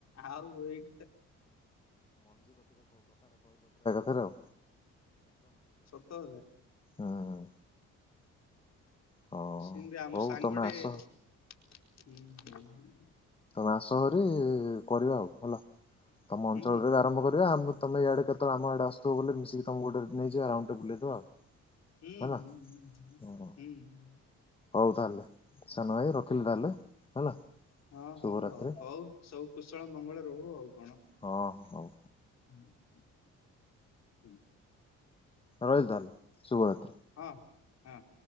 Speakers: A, on the left; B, on the left.
A: ଆଉ ଏଇ
B: ହଉ।
A: ସତଥା
B: ହୁଁ ହଉ
A: ସେମିତି ଆମ
B: ହଉ
A: ସାଙ୍ଗଟେ
B: ତମେ ଆସ
A: ହୁଁ। ହୁଁ ହଁ।
B: ମାସ ଭରି କରିବା ଆଉ ହେଲା। ତମ
A: ହୁଁ
B: ଅଞ୍ଚଳରେ
A: ହୁଁ
B: ଆରମ୍ଭ
A: ହୁଁ
B: କରିବା ଆମେ ତମେ ଇଆଡେ କେତେଳେ ଆମ ଆଡେ ଆସୁଥିବ ବଲେ ମିଶିକି ତମକୁ ଗୋଟେ ନେଇଯିବା ରାଉଣ୍ଡ ଟେ ବୁଲେଇ ଦବା ଆଉ।
A: ହୁଁ
B: ହେଲା
A: ହୁଁ ହୁଁ ହୁଁ
B: ହଁ
A: ହୁଁ।
B: ହଉ ତାହେଲେ
A: ହୁଁ
B: ସାନ
A: ହୁଁ
B: ଭାଇ ରଖିଲ ତା ତାହେଲେ ହେଲା।
A: ହଁ
B: ଶୁଭରାତ୍ରି
A: ହଉ ହଉ ହଉ ସବୁ କୁଶଳ ମଙ୍ଗଳ ରହୁ ଆଉ କଣ
B: ହଁ ହଁ।
A: <inaudible> <inaudible>
B: ରହିଲି ତାହେଲେ ଶୁଭର
A: ହଁ ହଁ।